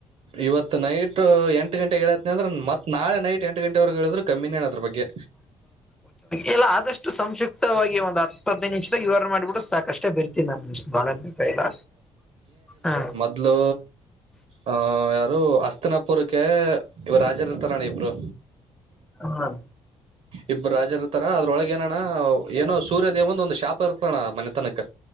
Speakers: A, on the right; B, in the centre.
A: ಇವತ್ತು ನೈಟ್ ಎಂಟು ಗಂಟೆಗೆ ಏ ಅಂದ್ರ ಮತ್ ನಳೆ ನೈಟ್ ಎಂಟ ಗಂಟೆರೆಗಗೆ ಹೇಳಿದ್ರ ಕಮ್ಮಿನೇ ಅದ್ರಗ್ಗೆ
B: ಇಲ್ಲ ಆದಷ್ಟು ಸಂಕ್ಷಿಪ್ತವಾಗಿ ಒಂದು ಹದ್ ನಿಮಷದಾಗ ವಿವರಣೆ ಮಾಡಿಬಿಡು ಸಾಕಷ್ಟು ಅಷ್ಟೇ ಬರ್ತೀನಿ ನಾನುು ಬಾಳ ಬೇಕ ಇಲ್ಲ ಹಾ
A: ಹಲ್ಲೋ ಆ ಯಾರು ಅಸ್ತಿನಪುರಕ್ಕೆ ಇವ್ ರಾಜರ ಇರ್ತಾರ ಇಬ್ರು
B: ಹ್ಮ
A: ಇಬ್ಬರು ರಾಜ ಇರ್ತಾರಾ ಅದ್ರೊಳಗ ಏನಣ್ಣ ಏನೋ ಸೂರ್ಯದೇವಂದ ಒಂದು್ ಶಾಪ ಇರ್ತಣ ಮನೆತನಕ